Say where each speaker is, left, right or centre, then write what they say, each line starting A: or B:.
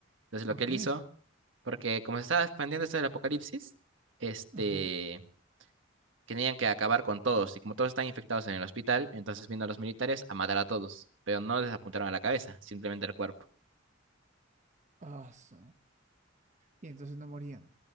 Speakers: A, on the right; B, on the right.
A: Entonces
B: ¿Por
A: lo que él
B: qué?
A: hizo, porque como se estaba expandiendo esto del apocalipsis, este,
B: Ajá.
A: tenían que acabar con todos. Y como todos están infectados en el hospital, entonces vino a los militares a matar a todos. Pero no les apuntaron a la cabeza, simplemente al cuerpo.
B: Ah, su. Y entonces no morían.